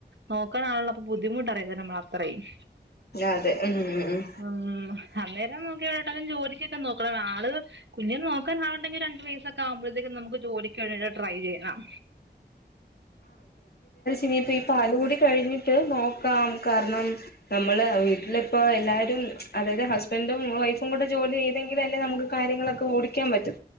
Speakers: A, on the right (about 75°); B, on the left (about 60°).
A: നോക്കാനാളൊള്ളപ്പൊ ബുദ്ധിമുട്ടറിയത്തില്ല നമ്മൾ അത്രയും
B: അതെ ഉം ഉം
A: ഉ അന്നേരം നോക്കി ക്കാലും ജോലിക്കൊക്കെ നോക്കണം ആള് കുഞ്ഞിനെ നോക്കാനാളുണ്ടെങ്കി രണ്ട് വയസൊക്കെ ആവുമ്പോഴത്തേക്ക് നമുക്ക് ജോലിക്ക ട്രൈ ചെയ്യണം
B: ഇനിപ്പോ ഈ പാല് കുടി കഴിഞ്ഞിട്ട് നോക്കാം കാരണം നമ്മള് വീട്ടിലിപ്പോ എല്ലാരും അതായത് ഹസ്ബൻഡും വൈഫും കൂ ജോലി ചെയ്തെങ്കിലല്ലേ നമുക്ക് കാര്യങ്ങളൊക്കെ ഓടിക്കാൻ പറ്റു